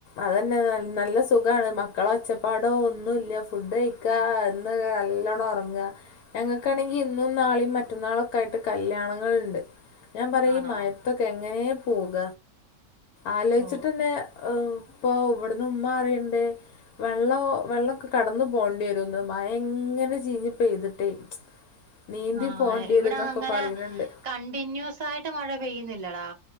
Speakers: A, on the left (about 75°); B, on the right (about 35°).
A: അതന്നെ ന നല്ല സുഖാണ് മക്കളൊച്ചപ്പാടോ ഒന്നുല്ല്യ ഫുഡയ് ക്കാ ന്ന് നല്ലോണ്ണം ഒറ്ങ്ങ. ഞങ്ങക്കാണെങ്കി ഇന്നും നാളിം മറ്റന്നാളൊക്കായിട്ട് കല്യാണങ്ങൾണ്ട്. ഞാ പറ്യ
B: ആണോ?
A: ഈ മഴത്തൊക്കെ എങ്ങനെ പോക. ആലോയ്ച്ച്ട്ടന്നെ
B: ഓ
A: പ്പൊ ഇവ്ട്ന്ന് ഉമ്മറിണ്ട് വെള്ളൊ വെള്ളക്കെ കടന്നു പോണ്ടെരുംന്ന് മഴങ്ങനെ ചീഞ്ഞ് പെയ്തിട്ടേ. നീന്തി
B: ആഹ്
A: പോകേണ്ടി
B: ഇവട
A: വരും എന്നൊക്കെ
B: അങ്ങനെ
A: പറയുന്നുണ്ട്
B: കണ്ടിന്യൂസായിട്ട് മഴ പെയ്യുന്നില്ലടാ.